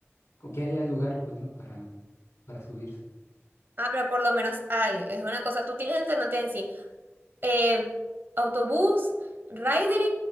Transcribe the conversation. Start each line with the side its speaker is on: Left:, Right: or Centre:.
Left: o que haya lugar, pues, ¿no? Para, para subirse.
Right: Ah, pero por lo menos hay, es una cosa, tú tienes alternativa en sí. Eh, autobús, Ridery